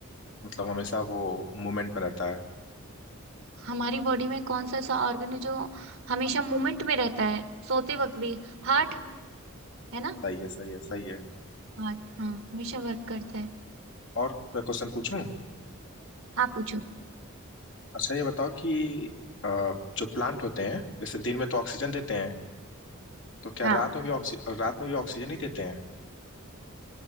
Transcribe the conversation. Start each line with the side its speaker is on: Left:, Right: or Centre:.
Left: मतलब हमेशा वो मूवमेंट में रहता है
Right: हमारी बॉडी में कौन सा ऐसा ऑर्गन है जो हमेशा मूवमेंट में रहता है सोते वक्त भी हार्ट है ना
Left: सही है सही है सही है
Right: हार्ट हाँ हमेशा वर्क करता है
Left: और मैं क्वेश्चन पूछूं
Right: हाँ पूछो
Left: अच्छा ये बताओ कि अ, जो प्लांट होते हैं जैसे दिन में तो ऑक्सीजन देते हैं तो क्या
Right: हाँ
Left: रात में भी ऑक्सी रात में भी ऑक्सीजन ही देते हैं